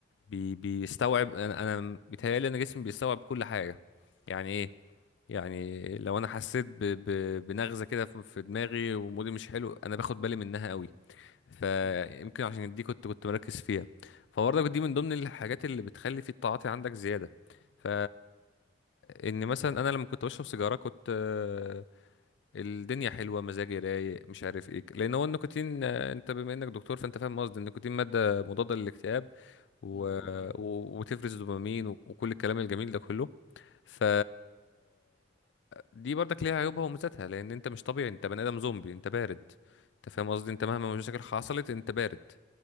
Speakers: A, on the left; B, on the left.
A: بي بيستوعب انا انا بيتهيألي ان جسمي بيستوعب كل حاجه يعني ايه يعني لو انا حسيت ب ب بنغزه كده في في دماغي ومودي مش حلو انا باخد بالي منها قوي فيمكن
B: امم
A: عشان دي كنت كنت مركز فيها فبرضك دي من ضمن الحاجات اللي بتخلي في التعاطي عندك زيادة ف ان مثلا انا لما كنت بشرب سيجارة كنت آه، الدنيا حلوه مزاجي رايق مش عارف ايه لان هو النيكوتين آه، انت بما انك دكتور فانت فاهم قصدي النيكوتين ماده مضاده للاكتئاب و...
B: مظبوط اه
A: و... وتفرز دوبامين و... وكل الكلام الجميل ده كله ف دي برضك ليها عيوبها وميزاتها لان انت مش طبيعي انت بني ادم زومبي انت بارد انت فاهم قصدي انت مهما المشاكل حصلت انت بارد